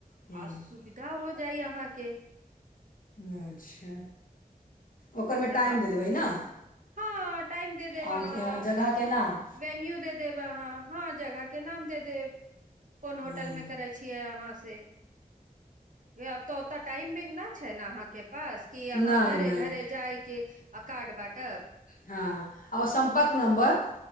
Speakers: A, on the left; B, on the right.
A: हूँ
B: आ सुविधा हो जाइ अहाँके
A: अच्छा ओकरमे
B: नहि
A: टाइम
B: तऽ
A: देऽ देबै ना
B: हँ टाइम दे देब
A: आ
B: अहाँ
A: जगह के नाम
B: वेन्यू दे देब अहाँ हाँ जगह के नाम दे देब कोन होटलमे
A: हूँ
B: करै छियै अहाँ से आब तऽ ओत्ता टाइम भी न छै ने अहाँके पास कि अहाँ
A: नहि
B: घरे
A: नहि
B: घरे जायके आ कार्ड बांटब
A: हाँ ओ सम्पर्क नम्बर